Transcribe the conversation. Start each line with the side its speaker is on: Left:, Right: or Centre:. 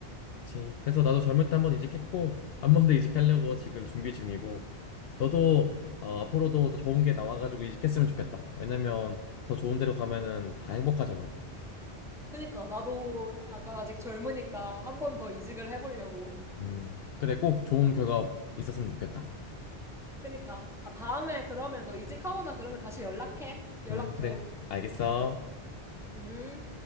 Left: 그치. 그래서 나도 젊을 때 한 번 이직했고, 한 번 더 이직하려고 지금 준비 중이고, 너도 어, 앞으로도 더 좋은 게 나와가지고 이직했으면 좋겠다. 왜냐면 더 좋은 데로 가면은 다 행복하잖아.
Centre: 그니까 나도 약간 아직 젊으니까 한 번 더 이직을 해보려고.
Left: 음, 그래, 꼭 좋은 결과 있었으면 좋겠다.
Centre: 그니까 아 다음에 그러면 너 이직하거나 그러면 다시 연락해. 연락
Left: 응, 그래.
Centre: 줘.
Left: 알겠어.
Centre: 음.